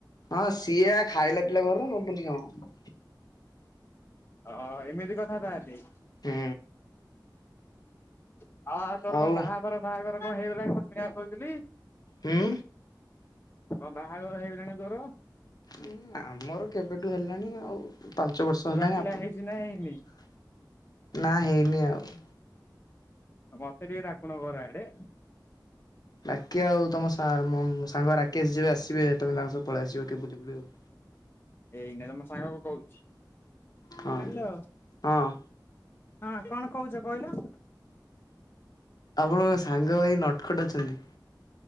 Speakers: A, on the left; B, on the left.
A: ହଁ ସିଏ ଆ, ଖାଇଲା ପିଇଲା ଘରର ନବନି କଣ।
B: ଅ, ଏମିତି କଥା ତାହାଲେ।
A: ହୁଁ।
B: ଅ, ତୋର
A: ଆଉ
B: କଣ ବାହାଘର ଫାଆଘର କଣ ହେଇଗଲାଣି ମୁଁ ଶୁଣିବାକୁ ପାଉଥିଲି?
A: ହୁଁ,
B: କଁ ବାହାଘର ହେଇଗଲାଣି ତୋର।
A: ଉଁ ଆମର କେବେଠୁ ହେଲାଣି ଆଉ ପାଞ୍ଚ ବର୍ଷ
B: ଛୁଆ
A: ହେଲାଣି
B: ପିଲା
A: ଆପଣ
B: ହେଇଛି ନା ହେଇନି
A: ନା ହେଇନି ଆଉ।
B: ଆଉ ମତେ ଟିକେ ଡାକୁନ ଘର ଆଡେ।
A: ଡାକିଆ ଆଉ ତମ ସା ମ ସାଙ୍ଗ ରାକେଶ ଯିବେ ଆସିବେ ତମେ ତାଙ୍କ ସହ ପଳେଇ ଆସିବ। କେବେ ଯିବି ଆଉ।
B: ଏଇନେ ତମ ସାଙ୍ଗ କଁ କହୁଛି
A: ହଁ
B: ହାଲୋ।
A: ଦିଅ ହଁ
B: ହଁ କଣ କହୁଛ କହିଲ।
A: ଆପଣଙ୍କ ସାଙ୍ଗ ଭାଇ ନଟଖଟ ଅଛନ୍ତି।